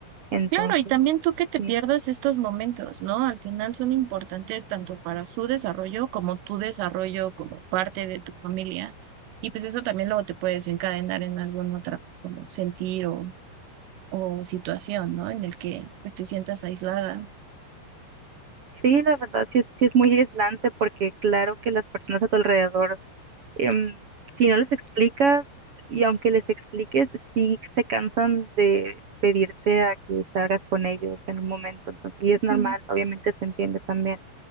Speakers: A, on the right; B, on the right.
A: Entonces,
B: Claro, y también tú que te
A: sí,
B: pierdas estos momentos, ¿no? Al final son importantes tanto para su desarrollo como tu desarrollo como parte de tu familia. Y pues eso también luego te puede desencadenar en algún otra como sentir o, o situación, ¿no? En el que pues te sientas aislada.
A: sí, la verdad sí es, sí es muy aislante porque claro que las personas a tu alrededor em, si no les explicas, y aunque les expliques, sí se cansan de pedirte a que salgas con ellos en un momento. Entonces, y es
B: Ujú,
A: normal, obviamente se entiende también.